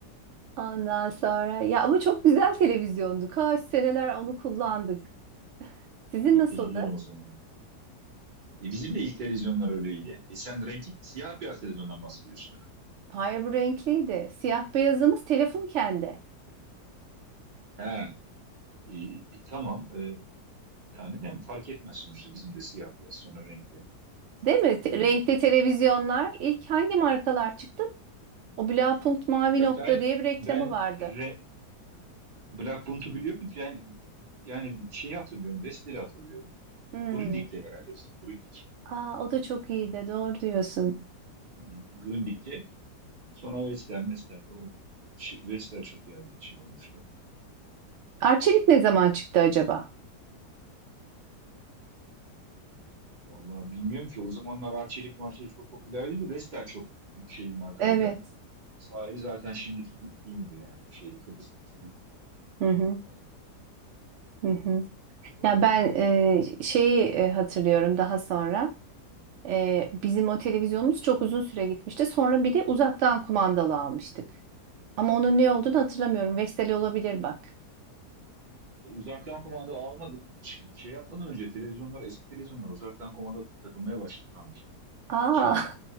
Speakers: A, on the right; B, on the right.
A: Ondan sonra ya ama çok güzel televizyondu. Kaç seneler onu kullandık. Sizin
B: Hatırlıyorum
A: nasıldı?
B: o zamanları. E bizim de ilk televizyonlar öyleydi. E sen renkli siyah beyaz televizyondan bahsediyorsun herhalde.
A: Hayır bu renkliydi. Siyah beyazımız telefon kendi.
B: He, e, e, tamam. E, yani de fark etmez sonuçta bizim de siyah beyaz sonra renkli.
A: Değil mi?
B: E,
A: Te- Renkli televizyonlar ilk hangi markalar çıktı? O Blaupunkt Mavi
B: ya
A: Nokta
B: ben
A: diye bir reklamı
B: ben
A: vardı.
B: re, Black Bunt'u biliyorum. Ben yani şeyi hatırlıyorum. Wester'i hatırlıyorum.
A: Hmm.
B: Grundig'de herhalde bizim. Grundig.
A: Aa, o da çok iyi de doğru diyorsun.
B: Hmm, Grundig'de. Sonra Wester, Wester. O, şey- Wester çok yaygın şey olmuştu.
A: Arçelik ne zaman çıktı acaba?
B: Vallahi bilmiyorum ki o zamanlar Arçelik marçelik çok popüler değildi. Vestel çok şey bir markaydı.
A: Evet.
B: Sahibi zaten şimdiki gibi değildi yani. şeyli Kıbrıslı bir
A: Hı hı,
B: adam.
A: hı hı.
B: Onu
A: Ya
B: biliyorum.
A: ben e, şeyi e, hatırlıyorum daha sonra. E, bizim o televizyonumuz çok uzun süre gitmişti. Sonra bir de uzaktan kumandalı almıştık. Ama onun ne olduğunu hatırlamıyorum. Vestel olabilir bak.
B: O uzaktan kumanda almadı. çık- Şey yapmadan önce televizyonlar eski televizyonlar uzaktan kumanda takılmaya başlanmıştı
A: Aa,
B: dışarıdan.